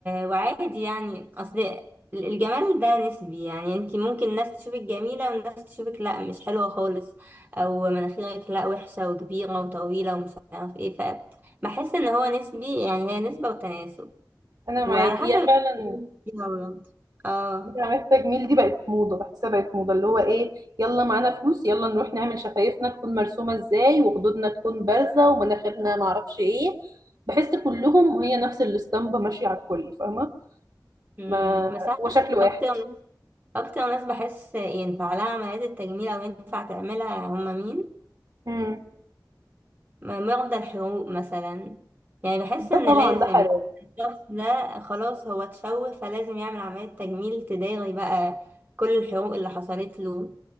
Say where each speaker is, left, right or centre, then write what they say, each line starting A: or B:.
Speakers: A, on the right (about 25°); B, on the right (about 55°).
A: وعادي يعني أصل ال- الجمال ده نسبي يعني انت ممكن ناس تشوفك جميلة وناس تشوفك لا مش حلوة خالص أو مناخيرك لا وحشة وكبيرة وطويلة ومش عارف ايه فبحس ان هو نسبي يعني هي نسبة وتناسب
B: أنا معاك
A: وعلى حسب
B: هي
A: الشخصية
B: فعلا
A: فيها برضه. اه
B: عملية التجميل دي بقت موضة بحسها بقت موضة اللي هو إيه يلا معانا فلوس يلا نروح نعمل شفايفنا تكون مرسومة إزاي وخدودنا تكون بارزة ومناخيرنا معرفش إيه بحس كلهم هي نفس الاسطمبة ماشية على الكل فاهمة
A: مم.
B: ما
A: بس أنا
B: هو شكل واحد
A: أكتر ناس أكتر ناس بحس ينفع لها عمليات التجميل أو ينفع تعملها هما مين؟
B: امم
A: م- مرضى الحروق مثلا يعني بحس
B: ده
A: ان
B: طبعا
A: لازم
B: ده حلال
A: الشخص ده خلاص هو اتشوه فلازم يعمل عملية تجميل تداري بقى كل الحروق اللي حصلت له